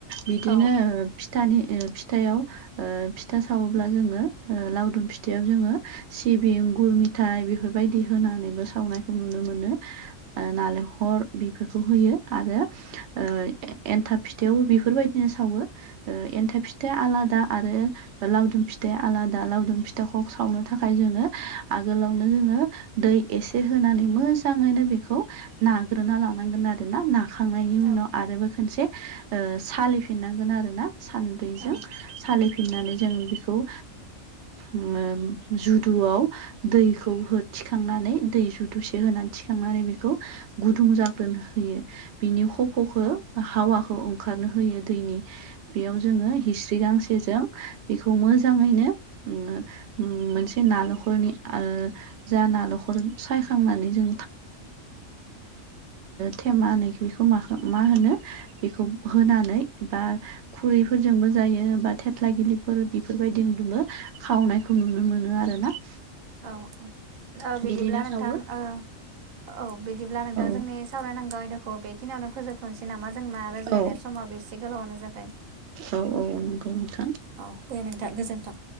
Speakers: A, on the right (about 60°); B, on the right (about 85°).
A: बिदिनो
B: औ
A: फिथानि फिथाव ओ फिथा सावोब्ला जोङो लावदुम फि खाोथियाव जोङो सिबिं गुर मिथायाइ बेफोरबायदि होनानैबो सावनायखौ नुनो मोनो। ओ नालेंखल बेफोरखौ होयो आरो ओ एन्थाब फिथायाइावबो बेफोरबायदिनो सावो ओ एन्थाइ फिथाइा आलादा आरो लावदुम फिथाइा आलादा लावदुम फिथाइ फिथाखौ सावनो थाखाय जोङो आगोलावनो जोङो दै एसे होनानै मोजाङैनो बेखौ नाग्रोना लानांगोन आरोोना न खांनायनि
B: औ
A: उनाव आरो खनसे ओ सालिफिननांगोन आरो ना सान्दैजों
B: औ
A: सालिफिननानै जोंङ बेखौ ओ ओम जुदुआव दैखौ हो थिखांनानै दै जुदुसे होनानै थिखांनानै बेखौ गुदुं जाग्रोनो होयो। बिनि खफ'खौ
B: औ
A: हावाखौ ओंखारनो होयो दैनि बेयाव जोङो हिस्रि गांसेजों बेखौ मोजाङैनो ओम मोनसे नाल'खरनि ओ जा नालखर सायखांनानै जों थेमै बेखौ म मा होनो बेखौ होनानै दा खुरैफोरजोंबो जायो बा थेथ्ला गिलिफोर बेफोरबायदिजोंबो खावनाय खौ नुनो मोनो आरोना।
B: औ औ औ बिदिब्ला
A: बिदिनो
B: नोंथां
A: खावो
B: ओ औ बिदिब्ला नोंथां
A: औ
B: जोंनि सावरायनांगौ आयदाखौ बेखिनियावनो फोजोब दोनथ' नामा जोंना रोज्लायनाय
A: औ
B: समाबो एसे गोलावनो जाबाय।
A: औ औ नंगौ नोंथां।
B: औ दे नोंथां गोजोन्थों।